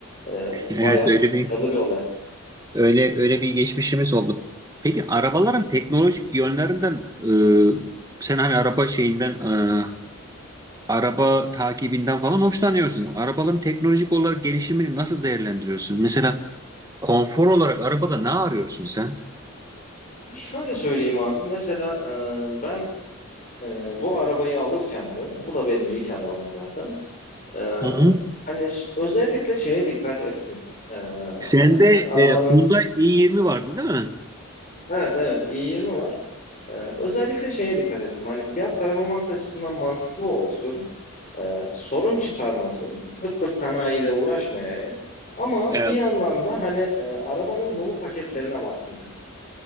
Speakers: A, on the left; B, on the right.
A: e, bayağı
B: Evet öyle
A: başarılı
B: bir
A: bir olay.
B: öyle öyle bir geçmişimiz oldu. Peki arabaların teknolojik yönlerinden e, sen hani araba şeyinden e, araba takibinden falan hoşlanıyorsun. Arabaların teknolojik olarak gelişimini nasıl değerlendiriyorsun? Mesela Konfor olarak arabada ne arıyorsun sen?
A: Şöyle söyleyeyim abi. Mesela e, ben Ee, bu arabayı alırken de, bu da benim ilk arabam zaten. Ee,
B: Hı-hı.
A: hani ş- özellikle şeye dikkat ettim. Ee,
B: Sende
A: hani evet arabanın,
B: e, Hyundai i20 vardı değil mi?
A: evet evet i20 var. Ee, özellikle şeye dikkat ettim. Hani fiyat performans açısından mantıklı olsun. Ee, sorun çıkarmasın. Sırf bir sanayiyle uğraşmayayım. Ama
B: Evet.
A: bir yandan da hani e, arabanın dolu paketlerine baktım